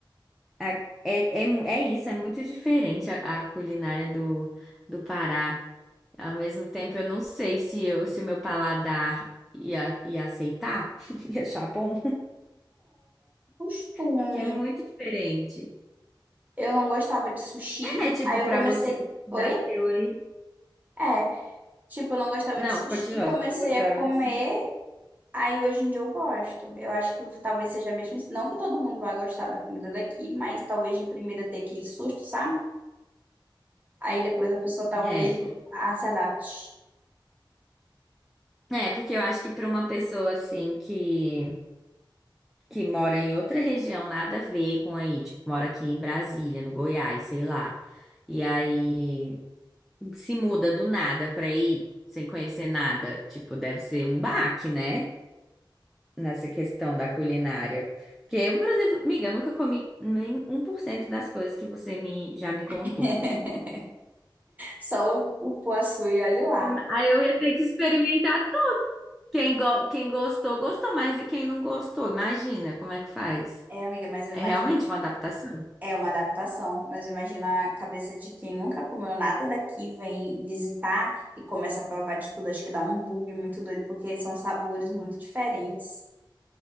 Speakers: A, in the centre; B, on the right.
A: A- É, é, mu- é isso, é muito diferente a, a culinária do, do Pará. Ao mesmo tempo, eu não sei se eu, se o meu paladar ia, ia aceitar, <laughs> ia achar bom,
B: Costume.
A: porque é muito diferente.
B: Eu não gostava de sushi.
A: É, tipo,
B: Aí eu
A: pra
B: comecei.
A: você que nasceu
B: Oi?
A: aí.
B: É. Tipo, eu não gostava
A: Não,
B: de sushi.
A: continua,
B: Comecei
A: eu gostava
B: a comer.
A: disso.
B: Aí hoje em dia eu gosto. Eu acho que talvez seja mesmo. isso. Não que todo mundo vai gostar da comida daqui, mas talvez de primeira dê aquele susto, sabe? Aí depois a pessoa talvez
A: É,
B: ah, se adapte.
A: é, porque eu acho que pra uma pessoa assim que que mora em outra região, nada a ver com aí, tipo, mora aqui em Brasília, no Goiás, sei lá. E aí se muda do nada pra ir, sem conhecer nada. Tipo, deve ser um baque, né? Nessa questão da culinária. Porque eu, por exemplo, amiga, eu nunca comi nem um por cento das coisas que você me, já me contou.
B: <laughs> Só o, o poaçu e olhe lá.
A: Hum, Aí eu ia ter que experimentar tudo. Quem, go- quem gostou, gostou, mas e quem não gostou? Imagina como é que faz.
B: É, amiga, mas eu
A: É
B: imagino.
A: realmente uma adaptação.
B: É uma adaptação, mas eu imagino a cabeça de quem nunca comeu nada daqui, vem visitar e começa a provar de tudo. Acho que dá um bug muito doido, porque são sabores muito diferentes.